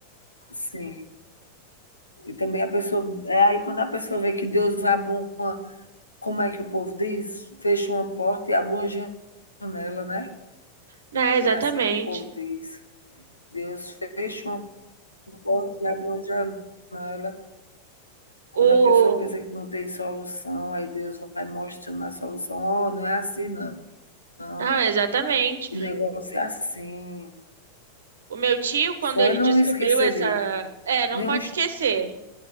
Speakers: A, on the left; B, on the right.
A: sim. E também a pessoa. É aí quando a pessoa vê que Deus abre um. Como é que o povo diz? Fecha uma porta e abre uma janela, né?
B: Né, exatamente.
A: Não é assim que o povo diz. Deus fecha uma porta e abre uma janela. Quando
B: O...
A: a pessoa pensa que não tem solução, aí Deus vai mostrando a solução. Oh, não é assim, não. não.
B: Não, exatamente.
A: O negócio é assim.
B: O meu tio, quando
A: Só
B: ele
A: é não
B: descobriu
A: esquecer
B: essa...
A: dele.
B: É, não
A: Nenhum...
B: pode esquecer.